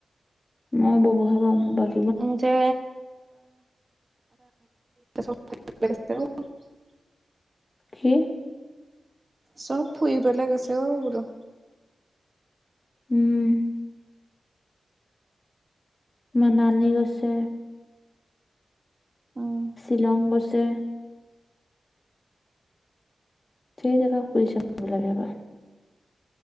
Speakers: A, on the left; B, on the right.
A: মই বাবে পাৰো অকল।
B: উজ চে চা <unintelligible>
A: কি?
B: চব ফুৰিব ল গৈছে অ বোলো
A: উম মানানি গৈছে।
B: উম
A: শ্বিলং গৈছে। গোটেই কেইটা চুইছ অফ মোবাইল সিহঁতৰ।